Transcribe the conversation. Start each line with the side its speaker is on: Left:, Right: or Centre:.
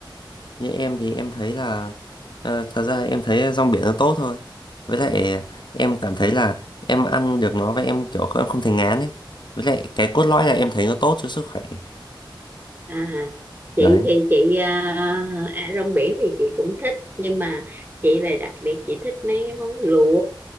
Left: Như em thì em thấy là ờ, thật ra em thấy rong biển nó tốt thôi. Với lại em cảm thấy là em ăn được nó và em kiểu em không thấy ngán ấy. Với lại cái cốt lõi
Right: À,
Left: là em thấy nó tốt cho sức khỏe.
Right: à, chị
Left: Đấy.
Right: thì chị à, à, rong biển thì chị cũng thích nhưng mà chị lại đặc biệt chị thích mấy cái món luộc